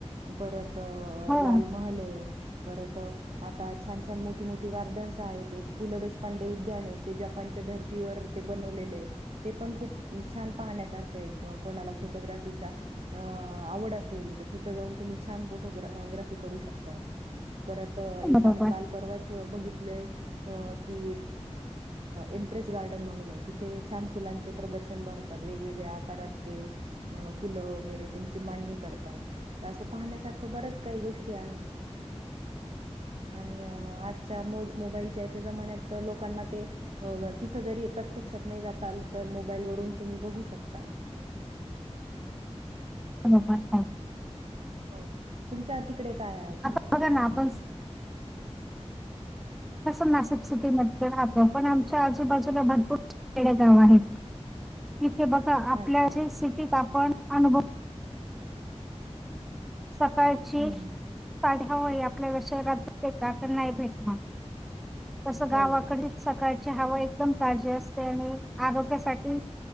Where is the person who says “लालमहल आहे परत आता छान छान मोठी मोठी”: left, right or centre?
Right